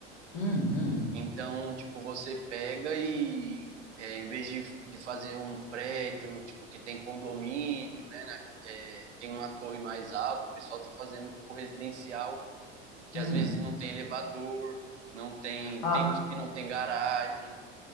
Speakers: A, on the left; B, on the right.
A: hum, hum,
B: Então, tipo, você pega e, é, em vez de, de fazer um prédio, tipo, que tem condomínio, né, na- é, tem uma torre mais alta, o pessoal tá fazendo, tipo, residencial, que
A: hum.
B: às vezes não tem elevador, não tem,
A: Ah,
B: tem uns que não tem garagem.